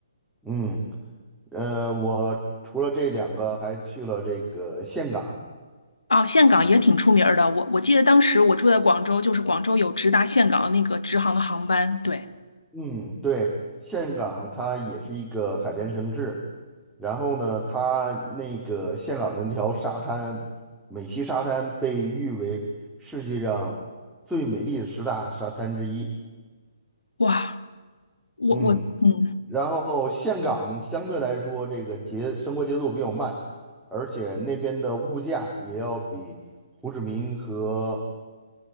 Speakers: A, in the centre; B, on the left.
A: 嗯，呃，我除了这两个，还去了这个岘港。
B: 啊，岘港也挺出名儿的。我我记得当时我住在广州，就是广州有直达岘港的那个直航的航班。对，
A: 嗯，对，岘港它也是一个海边城市，然后呢，它那个岘港的那条沙滩，美西沙滩被誉为世界上最美丽的十大沙滩之一。
B: 哇，我我嗯，
A: 嗯，然后岘港相对来说这个节生活节奏比较慢，而且那边的物价也要比胡志明和